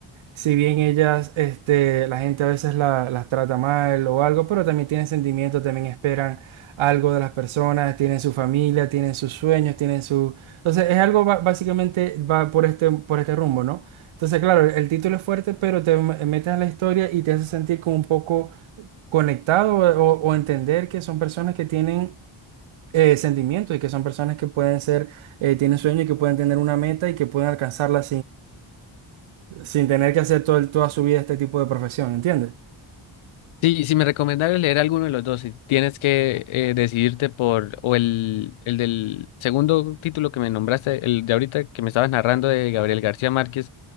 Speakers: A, on the right; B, on the left.
A: Si bien ellas, este, la gente a veces la- las trata mal o algo, pero también tienen sentimientos, también esperan algo de las personas, tienen su familia, tienen sus sueños, tienen su... Entonces es algo ba- básicamente va por este, por este rumbo, ¿no? Entonces, claro, el, título es fuerte, pero te m- metes en la historia y te hace sentir como un poco conectado o, o entender que son personas que tienen eh, sentimientos y que son personas que pueden ser, eh, tienen sueños y que pueden tener una meta y que pueden alcanzarla sin tener que hacer todo, el- toda su vida este tipo de profesión, ¿entiendes?
B: Sí, si me recomendaras leer alguno de los dos, si tienes que eh, decidirte por, o el, el del segundo título que me nombraste, el de ahorita que me estabas narrando de Gabriel García Márquez,